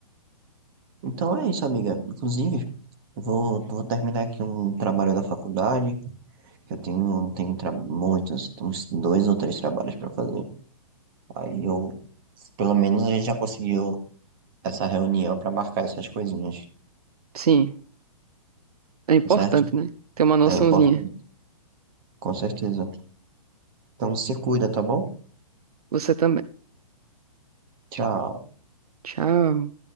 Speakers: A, on the right; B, on the right.
A: Então é isso, amiga. Inclusive, eu vou, vou terminar aqui um trabalho da faculdade, que eu tenho, tenho tra... muitos, tem uns dois ou três trabalhos para fazer. Aí eu, pelo menos a gente já conseguiu essa reunião para marcar essas coisinhas,
B: Sim, é
A: tá
B: importante,
A: certo?
B: né? Ter uma noçãozinha.
A: É importante, com certeza. Então se cuida, tá bom?
B: Você também.
A: Tchau.
B: Tchau.